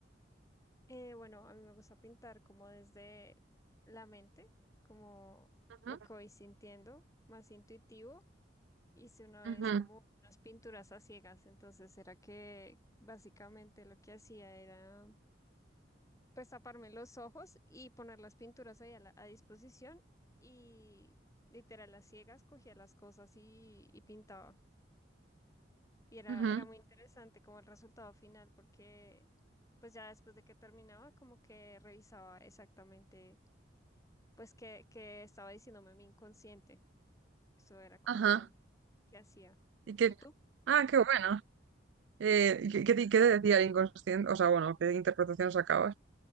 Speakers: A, on the left; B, on the right.
A: Eh, bueno, a mí me gusta pintar como desde la mente, como
B: Ujú,
A: lo que voy sintiendo, más intuitivo. Hice una
B: ujú,
A: vez como unas pinturas a ciegas, entonces era que básicamente lo que hacía era pues taparme los ojos y poner las pinturas ahí a, la- a disposición y literal a ciegas cogía las cosas y y pintaba. Y era,
B: ujú,
A: era muy interesante como el resultado final, porque pues ya después de que terminaba, como que revisaba exactamente pues qué, qué estaba diciéndome mi inconsciente. Eso era como
B: Ajá.
A: qué hacía.
B: Y que,
A: ¿Y tú?
B: ah, qué bueno. Eh, ¿y ¿qué, qué te qué te decía el inconsciente? O sea, bueno, ¿qué interpretación sacabas?